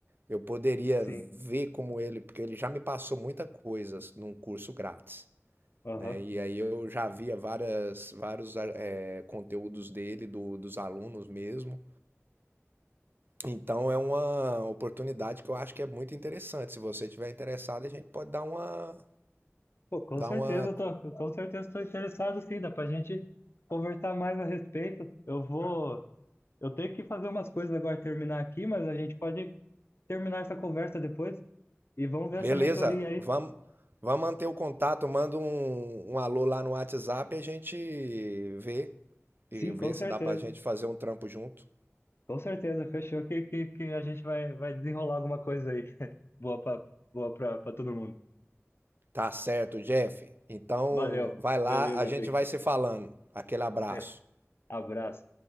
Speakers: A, on the right; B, on the left.
A: Eu poderia
B: sim,
A: ver como ele, porque ele já me passou muita coisa num curso grátis,
B: aham.
A: né? E aí eu já via várias, vários é, conteúdos dele, do, dos alunos mesmo. Então é uma oportunidade que eu acho que é muito interessante. Se você tiver interessado, a gente pode dar uma,
B: Pô, com
A: dar
B: certeza,
A: uma
B: eu tô, com certeza estou interessado, sim. Dá pra gente conversar mais a respeito. Eu vou. Eu tenho que fazer umas coisas agora, terminar aqui, mas a gente pode terminar essa conversa depois. E vamos ver
A: Beleza,
B: essa mentoria aí.
A: vamos, vamos manter o contato, manda um, um alô lá no WhatsApp e a gente vê
B: Sim,
A: e vê
B: com certeza.
A: se dá pra gente fazer um trampo junto.
B: Com certeza. Fechou que, que, que a gente vai, vai desenrolar alguma coisa aí. Boa para boa para todo mundo.
A: Tá certo, Jeff. Então
B: Valeu.
A: vai lá,
B: Beleza,
A: a gente
B: Victor.
A: vai se falando. Aquele abraço.
B: Beijo. Abraço.